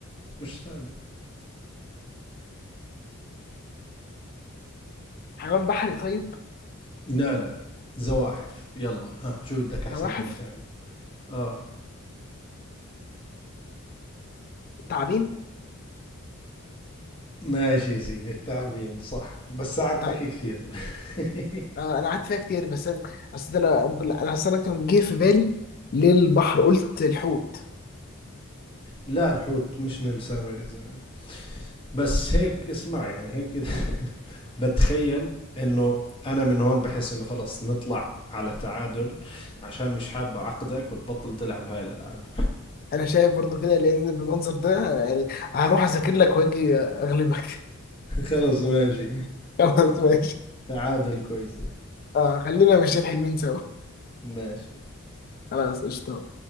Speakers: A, on the left; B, on the left.
A: مش صعبه
B: حيوان بحري طيب
A: لا لا زواحف يلا ها شو بدك احسن
B: نواحف
A: من هيك دعم اه
B: التعابين
A: ماشي يا سيدي الثعابين صح بس ساعدتك
B: تع-
A: كثير <laughs>
B: آه، انا قعدت فيها كتير بس انا اصل ده انا ممكن- أنا- اصل انا كان جه في بالي للبحر قلت الحوت
A: لا الحوت مش لسانه يا زلمه بس هيك اسمع يعني هيك إذا <laughs> بتخيل انه انا من هون بحس انه خلص نطلع على تعادل عشان مش حاب اعقدك وتبطل تلعب هاي الالعاب
B: انا شايف برضو كده لان بالمنظر ده يعني هروح اذاكر لك واجي اغلبك
A: <laughs> خلص ماشي
B: <laughs> خلاص ماشي
A: تعادل كويسة
B: اه خلينا ماشيين حلوين سوا
A: ماشي
B: خلاص قشطة